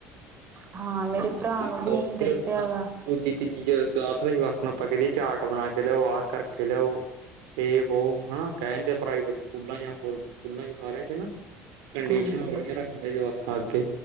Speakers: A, on the right (about 40°); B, on the right (about 70°).
A: ਹਾਂ ਮੇਰੇ ਭਰਾ
B: ਜਾ
A: ਨੂੰ
B: ਚੌਥੇ,
A: ਵੀ ਇਹੀ ਦੱਸਿਆ ਗਾ
B: ਦੂਜੀ, ਤੀਜੀ ਜ ਕਲਾਸ ਵੇ ਜਵਾਕਾ ਨੂੰ ਆਪਾਂ ਕੈ ਦਈਏ ਚਾਟ ਬਣਾ ਕੇ ਲਿਆਓ, ਆਹ ਕਰਕੇ ਲਿਆਓ। ਏ ਵੋ ਹਨਾ ਕੈਂਦੇ ਆ ਪ੍ਰਾਈਵੇਟ ਸਕੂਲਾਂ ਜਾ ਹੋਰ ਵੀ ਸਕੂਲਾ ਚ ਸਾਰੇ ਆਂ ਚ ਨਾ ਕੰਡੀਸ਼ਨਾ
A: ਹੂੰ
B: ਬੜੀਆ ਰੱਖ ਦੇ ਆ ਜਵਾਕਾਂ ਅੱਗੇ,